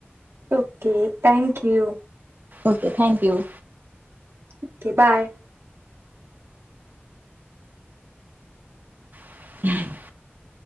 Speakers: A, on the right; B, on the right.
A: Okay thank you.
B: Okay thank you.
A: Okay bye.
B: <inaudible>